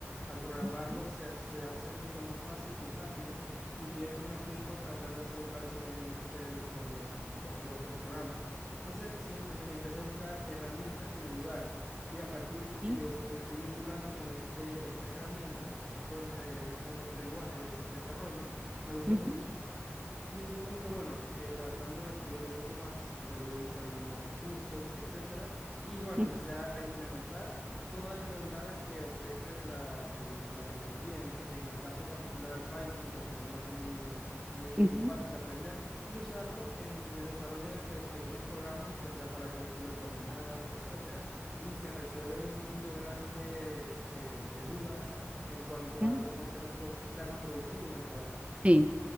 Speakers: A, in the centre; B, on the right.
A: al programarlo
B: ujú,
A: se se hace mucho más fácil y rápido y pierdes menos tiempo tratando de hacer un cálculo en Excel o lo- en cualquier otro programa. Entonces, sí, em- em, empecé a buscar herramientas que me ayudaran. Y a partir de
B: sí,
A: que yo f- me fui vinculando con este, estas herramientas, con estos, progr- eh, estos lenguajes de des- desarrollo, me gustó
B: ujú,
A: mucho. Y fui como que, bueno, eh, tratando de estudiar un poco más, luego hice algunos cursos, etcétera, y bueno,
B: ujú,
A: empecé a, a implementar todas las bondades que ofrece la, el- la tecnología, en, mi ca- en el caso particular Python, que es un lenguaje muy, muy
B: ujú,
A: fácil de aprender, y usarlo en, en el desarrollo de pe- pequeños programas, ya sea para cálculo de coordenadas, etcétera, y se resuelve un mundo grande eh, de dudas en cuanto
B: ujú.
A: a cómo hacer las cosas, ser más productivo en el trabajo.
B: Sí.